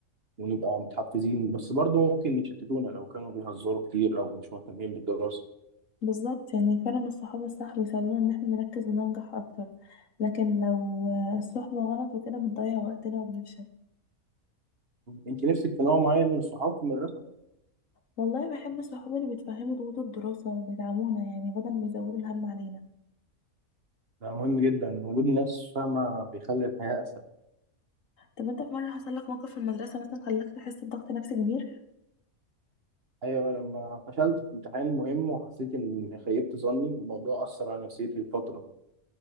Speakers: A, on the right (about 45°); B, on the left (about 65°).
A: ونبقى متحفزين بس برضه ممكن يشتتونا لو كانوا بيهزروا كتير أو مش مهتمين بالدراسة
B: بالظبط يعني فعلا الصحاب الصح بيساعدونا ان احنا نركز وننجح اكتر لكن لو الصحبه غلط وكده بنضيع وقتنا وبنفشل
A: أنت نفسك في نوع معين من الصحاب في المدرسة؟
B: والله بحب الصحاب اللي بيتفهموا ضغوط الدراسه وبيدعمونا يعني بدل ما يزودوا الهم علينا
A: ده مهم جدا وجود ناس فاهمة بيخلي الحياة أسهل
B: طب انت في مره حصل لك موقف في المدرسه مثلا خلاك تحس بضغط نفسي كبير
A: أيوة لما فشلت في امتحان مهم وحسيت إني خيبت ظني الموضوع أثر على نفسيتي لفترة